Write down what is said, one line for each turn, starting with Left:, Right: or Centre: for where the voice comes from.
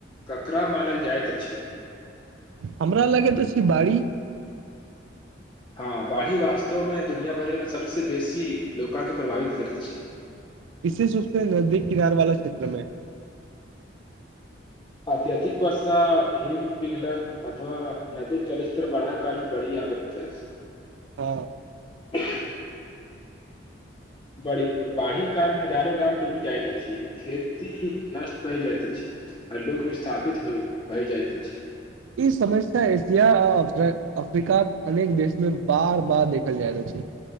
Left: ककरा मानल जायत अछी
Right: हमरा लगेत अछि बाढ़ी
Left: हँ बाढ़ी वास्तवमे दुनिया भरमे सबसे बेसी लोका के प्रभावित करैत छी
Right: विशेष रूप से नजदीक किनार वाला क्षेत्र मे
Left: अत्यधिक वर्षा हिम पिघलन अथवा नदी जलस्तर बढ़ा कारण बढ़ि साबित <unintelligible>
Right: हँ
Left: <inaudible> बरी बाढ़ी कारण हजारो गाम डूबी जाइत अछि खेती नष्ट भै जायत अछि आ लोक विस्थापित हो भए जाइत अछि
Right: ई समस्या एशिया आ अफ्रीका के अनेक देश मे बार बार देखल जाय रहल अछि